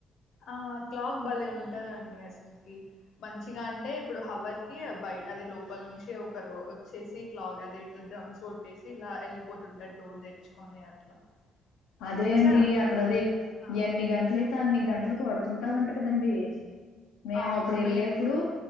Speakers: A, on the left (about 70°); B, on the left (about 80°).
A: ఆ క్లాగ భలే ఉంటదండి అసలుకి మంచిగా అంటే ఇప్పుడు హవర్ కి బయ అదే లోపల నుంచి ఒకరు వచ్చేసి క్లాగ్ అదే ఇలా డ్రమ్స్ కొట్టేసి ఇలా వెళ్ళిపోతుంటాడు డోర్ తెచ్చుకొని అట్లా
B: అదే
A: చూసారా
B: అండి
A: మీరు
B: అక్కడ
A: కూడా
B: అదిే
A: ఆ
B: ఎన్ని గంటలయితే అన్ని గంటలు కొడుతుంటాదంట కదండీ మేము
A: అవును
B: అప్పుడు వెళ్ళేప్పుడు
A: మేం